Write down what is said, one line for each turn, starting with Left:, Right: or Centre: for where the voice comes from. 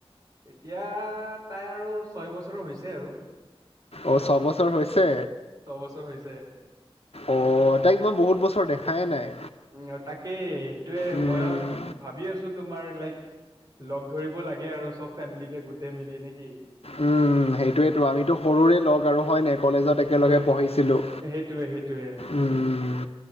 Right: এতিয়া তাই আৰু ছয় বছৰো হৈছে আৰু।
Left: অ' ছবছৰ হৈছে?
Right: ছবছৰ হৈছে
Left: অ' তাইক মই বহুত বছৰ দেখাই নাই।
Right: উম, তাকে সেইটোয়ে
Left: উম,
Right: মইও ভাবি আছো তোমাৰ লাইক, লগ ধৰিব লাগে আৰু চ'ব ফেমিলিকে গোটেই মিলি নেকি?
Left: উম, সেইটোৱেতো আমিতো সৰুৰে লগ আৰু হয়নে কলেজত
Right: উম,
Left: একেলগে
Right: হয় হয়।
Left: পঢ়িছিলোঁ।
Right: সেইটোয়ে সেইটোয়ে
Left: উম,